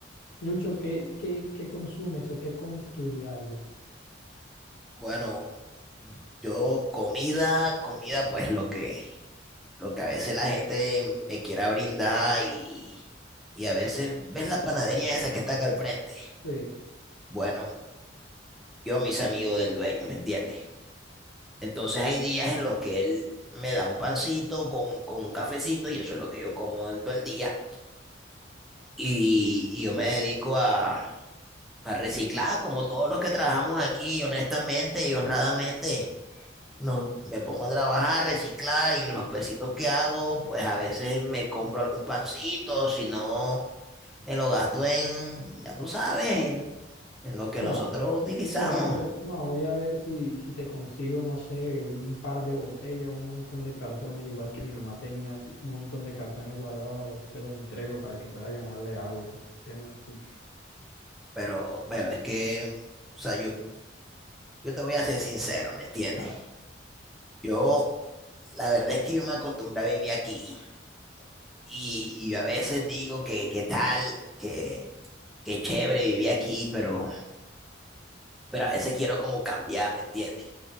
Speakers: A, on the left; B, in the centre.
A: Lucho, ¿qué, qué, qué consumes o qué comes tu diario?
B: Bueno, yo comida, comida, pues lo que, lo que a veces la gente me quiera brindar y y a veces ves la panadería esa que está acá al frente.
A: Sí.
B: Bueno, yo mis amigos del dueño, ¿me entiendes? Entonces hay días en los que él me da un pancito con, con un cafecito y eso es lo que yo como en todo el día. Y, y yo me dedico a, a reciclar como todos los que trabajamos aquí, honestamente y honradamente. No, me pongo a trabajar, reciclar y los pesitos que hago, pues a veces me compro algún pancito, si no, me lo gasto en, ya tú sabes, en, en lo que
A: No.
B: nosotros utilizamos.
A: Mira, vo- no, voy a ver si, si te consigo, no sé, un par de botellas, un montón de cartones, igual que mi mamá tenía un montón de cartones guardados, a ver si te los entrego para que puedas ganarle algo. porque se llama Lucho.
B: Pero, pero es que, o sea, yo, yo te voy a ser sincero, ¿me entiendes?
A: A ver,
B: Yo, la verdad es que yo me acostumbré a vivir aquí. Y, y yo a veces digo que, que tal, que, que chévere vivir aquí, pero, pero a veces quiero como cambiar, ¿me entiendes?